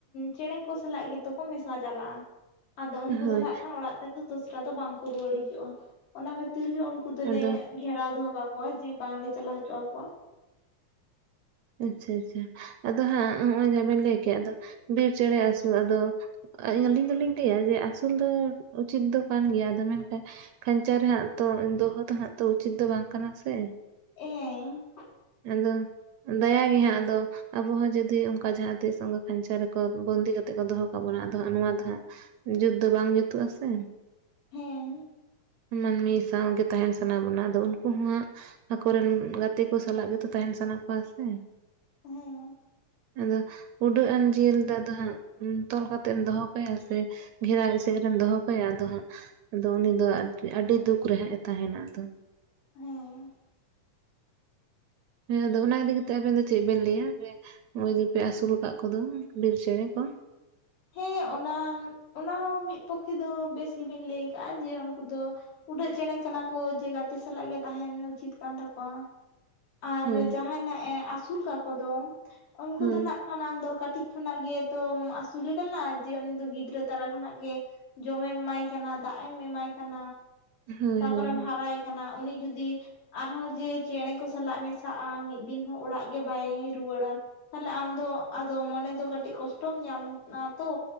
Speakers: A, on the left; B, on the right.
A: ᱪᱮᱸᱬᱮ ᱠᱚ ᱥᱟᱞᱟᱜ ᱜᱮᱛᱚ ᱠᱚ ᱢᱮᱥᱟ ᱪᱟᱞᱟᱜᱼᱟ᱾ ᱟᱫᱚ ᱩᱱᱠᱩ
B: ᱦᱳᱭ
A: ᱫᱚ ᱱᱟᱜ ᱠᱷᱟᱱ ᱚᱲᱟᱜ ᱛᱮᱫᱚ ᱫᱚᱥᱨᱟ ᱫᱚ ᱵᱟᱝᱠᱚ ᱨᱩᱣᱟᱹᱲ ᱦᱤᱡᱚᱜᱼᱟ᱾ ᱚᱱᱟ ᱠᱷᱟᱹᱛᱤᱨ ᱜᱮ ᱩᱱ ᱠᱩ ᱫᱚᱞᱮ
B: ᱟᱫᱚ
A: ᱜᱷᱮᱨᱟᱣ ᱫᱚᱦᱚ ᱠᱟᱠᱚᱣᱟ ᱡᱮ ᱵᱟᱝᱞᱮ ᱪᱟᱞᱟᱣ ᱦᱚᱪᱚ ᱟᱠᱚᱣᱟ᱾
B: ᱟᱪᱪᱷᱟ ᱟᱪᱪᱷᱟ, ᱟᱫᱚ ᱦᱟᱸᱜ ᱦᱚᱸᱜ-ᱚᱭ ᱡᱟᱦᱟᱸ ᱵᱮᱱ ᱞᱟᱹᱭ ᱠᱮᱫ ᱟᱫᱚ ᱵᱤᱨ ᱪᱮᱸᱬᱮ ᱟᱹᱥᱩᱞ ᱟᱫᱚ ᱟᱹᱞᱤᱧ ᱫᱚᱞᱤᱧ ᱞᱟᱹᱭᱟ ᱡᱮ ᱟᱹᱥᱩᱞ ᱫᱚ ᱩᱪᱤᱛ ᱫᱚ ᱠᱟᱱ ᱜᱮᱭᱟ, ᱟᱫᱚ ᱢᱮᱱᱠᱷᱟᱡ ᱠᱷᱟᱧᱪᱟ ᱨᱮᱦᱟᱸᱜ ᱛᱚ ᱫᱚᱦᱚ ᱫᱚᱦᱟᱸᱜ ᱛᱚ ᱩᱪᱤᱛ ᱫᱚ ᱵᱟᱝ ᱠᱟᱱᱟ ᱥᱮ᱾
A: ᱮᱻ
B: ᱟᱫᱚ ᱫᱟᱭᱟ ᱜᱮ ᱦᱟᱸᱜ ᱟᱫᱚ ᱟᱵᱚᱦᱚᱸ ᱡᱩᱫᱤ ᱚᱱᱠᱟ ᱡᱟᱦᱟᱸ ᱛᱤᱥ ᱚᱝᱠᱟ ᱠᱷᱟᱧᱪᱟ ᱨᱮᱠᱚ ᱵᱚᱱᱫᱤ ᱠᱟᱛᱮᱜ ᱠᱚ ᱫᱚᱦᱚ ᱠᱟ ᱵᱚᱱᱟ ᱟᱫᱚ ᱦᱟᱸᱜ ᱱᱚᱣᱟ ᱫᱚ ᱦᱟᱸᱜ ᱡᱩᱛ ᱫᱚ ᱵᱟᱝ ᱡᱩᱛᱩᱜ ᱟ ᱥᱮ?
A: ᱦᱮᱸ᱾
B: ᱢᱟᱹᱱᱢᱤ ᱥᱟᱶ ᱜᱮ ᱛᱟᱦᱮᱱ ᱥᱟᱱᱟ ᱵᱚᱱᱟ ᱟᱫᱚ ᱩᱱᱠᱩ ᱦᱚᱸ ᱦᱟᱸᱜ ᱟᱠᱚᱨᱮᱱ ᱜᱟᱛᱮ ᱠᱩ ᱥᱟᱞᱟᱜ ᱜᱮᱛᱚ ᱛᱟᱦᱮᱱ ᱥᱟᱱᱟ ᱠᱚᱣᱟ ᱥᱮ
A: ᱦᱮᱸ᱾
B: ᱟᱫᱚ ᱩᱰᱟᱹᱜ ᱟᱱ ᱡᱤᱭᱟᱹᱞᱤ ᱫᱚ ᱟᱫᱚ ᱦᱟᱸᱜ ᱛᱚᱞ ᱠᱟᱛᱮ ᱮᱢ ᱫᱚᱦᱚ ᱠᱟᱭᱟ ᱥᱮ ᱜᱷᱮᱨᱟ ᱮᱥᱮᱫ ᱨᱮᱢ ᱫᱚᱦᱚ ᱠᱟᱭᱟ ᱟᱫᱚ ᱦᱟᱸᱜ ᱟᱫᱚ ᱩᱱᱤ ᱫᱚ ᱟᱹᱰᱤ ᱫᱩᱠ ᱨᱮ ᱦᱟᱸᱜ ᱮ ᱛᱟᱦᱮᱱᱟ ᱟᱫᱚ
A: ᱦᱮᱸ
B: ᱦᱮᱸ ᱟᱫᱚ ᱚᱱᱟ ᱤᱫᱤ ᱠᱟᱛᱮᱜ ᱟᱵᱮᱱ ᱫᱚ ᱪᱮᱫ ᱵᱮᱱ ᱞᱟᱹᱭᱟ ᱡᱮ ᱱᱚᱜ ᱚᱚᱭ ᱡᱮᱯᱮ ᱟᱹᱥᱩᱩᱞ ᱟᱠᱟᱫ ᱠᱚᱫᱚ ᱵᱤᱨ ᱪᱮᱸᱬᱮ ᱠᱚ
A: ᱦᱮᱸ ᱚᱱᱟ ᱚᱱᱟ ᱦᱚᱸ ᱢᱤᱫ ᱯᱚᱠᱠᱷᱮ ᱫᱚ ᱵᱮᱥ ᱜᱮᱵᱤᱱ ᱞᱟᱹᱭ ᱟᱠᱟᱟᱜᱼᱟ ᱡᱮ ᱩᱱᱠᱩ ᱫᱚ ᱩᱰᱟᱹᱜ ᱪᱮᱬᱮ ᱠᱟᱱᱟ ᱠᱚ ᱡᱮ ᱜᱟᱛᱮ ᱥᱟᱞᱟᱜ ᱜᱮ ᱛᱟᱦᱮᱱ ᱩᱪᱤᱛ ᱠᱟᱱ ᱛᱟᱠᱚᱣᱟ᱾ ᱟᱨ
B: ᱦᱳᱭ
A: ᱡᱟᱦᱟᱸᱭ ᱼ ᱮ ᱟᱹᱥᱩᱞ ᱠᱟᱠᱚ ᱫᱚ ᱩᱱᱠᱩ
B: ᱦᱳᱭ
A: ᱫᱚ ᱱᱟᱜ ᱠᱷᱟᱱ ᱟᱢ ᱫᱚ ᱠᱟᱹᱴᱤᱡ ᱠᱷᱚᱱᱟᱜ ᱜᱮᱛᱚᱢ ᱟᱹᱥᱩᱞᱮ ᱠᱟᱱᱟ ᱡᱮ ᱩᱱᱤ ᱫᱚ ᱜᱤᱫᱽᱨᱟᱹ ᱛᱟᱨᱟ ᱠᱷᱚᱱᱟᱜ ᱜᱮ ᱡᱚᱢᱮᱢ ᱮᱢᱟᱭ ᱠᱟᱱᱟ ᱫᱟᱜ ᱮᱢ ᱮᱢᱟᱭ ᱠᱟᱱᱟ᱾
B: ᱦᱳᱭ
A: ᱛᱟᱯᱚᱨᱮᱢ
B: ᱦᱳᱭ
A: ᱦᱟᱨᱟᱭ ᱠᱟᱱᱟ ᱩᱱᱤ ᱡᱩᱫᱤ ᱟᱨᱦᱚᱸ ᱡᱮ ᱪᱮᱬᱮ ᱠᱚ ᱥᱟᱞᱟᱜ ᱢᱮᱥᱟᱜᱼᱟ ᱢᱤᱫ ᱫᱤᱱ ᱦᱚᱸ ᱚᱲᱟᱜ ᱜᱮ ᱵᱟᱭ ᱨᱩᱣᱟᱹᱲᱟ᱾ ᱛᱟᱦᱞᱮ ᱟᱢ ᱫᱚ ᱟᱫᱚ ᱢᱚᱱᱮ ᱫᱚ ᱠᱟᱹᱴᱤᱡ ᱠᱚᱥᱴᱚᱢ ᱧᱟᱢ ᱚᱱᱟ ᱛᱚ